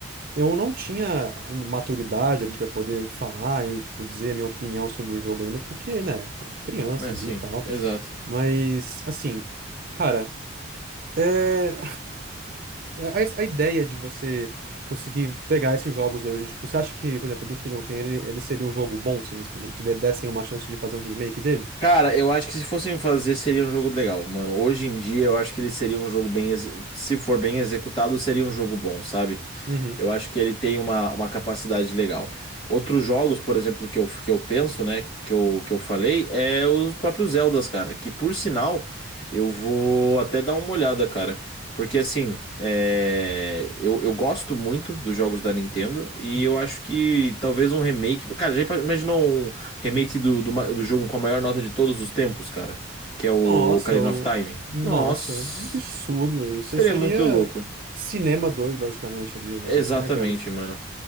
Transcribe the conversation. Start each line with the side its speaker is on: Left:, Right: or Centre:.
Right: eu não tinha maturidade ali pra poder falar e, tipo, dizer a minha opinião sobre o jogo ainda, porque, né, pô, criança
Left: É,
Right: ali
Left: sim,
Right: e tal.
Left: exato.
Right: Mas, assim, cara. é, a, a a ideia de você conseguir pegar esses jogos hoje, tipo, você acha que, por exemplo, do Duke Nukem, ele, ele seria um jogo bom se eles tiver- dessem uma chance de fazer um remake dele?
Left: Cara, eu acho que se fossem fazer, seria um jogo legal, mano. Hoje em dia, eu acho que ele seria um jogo bem. exe- Se for bem executado, seria um jogo bom, sabe?
Right: Uhum.
Left: Eu acho que ele tem uma, uma capacidade legal. Outros jogos, por exemplo, que eu, que eu penso, né? Que eu, que eu falei, é os próprios Zeldas, cara. Que por sinal, eu vou até dar uma olhada, cara. Porque assim, é, eu, eu gosto muito dos jogos da Nintendo e
Right: uhum.
Left: eu acho que talvez um remake. Cara, já imaginou um. Remake do, do, ma- do jogo com a maior nota de todos os tempos, cara. Que é o
Right: Nossa,
Left: Ocarina
Right: o...
Left: of Time.
Right: Nossa,
Left: Nossa,
Right: absurdo. Isso
Left: seria
Right: aí seria
Left: muito louco.
Right: Cinema 2 basicamente, ali, esse
Left: Exatamente,
Right: negócio, né, cara?
Left: mano.